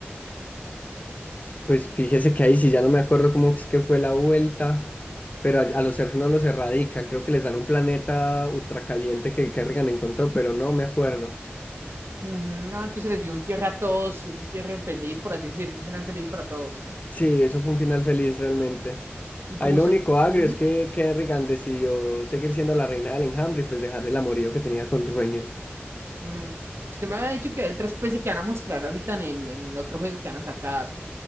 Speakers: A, on the left (about 35°); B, on the right (about 80°).
A: Pues fíjese que ahí sí ya no me acuerdo cómo es que fue la vuelta, pero a, a los elfos no los erradican, creo que les dan un planeta ultracaliente que Kerrigan encontró, pero no me acuerdo.
B: Ujú, ah, entonces les dio un cierre a todos, un cierre feliz, por así decirlo, un final feliz para todos.
A: Sí, eso fue un final feliz realmente.
B: Y como
A: Ahí lo
B: usted,
A: único agrio
B: ujú,
A: es que Kerrigan decidió seguir siendo la reina del enjambre y pues dejar el amorío que tenía con Rhaenyra.
B: mm, usted me había dicho que hay otra especie que van a mostrar ahorita en el, en el otro juego que van a sacar.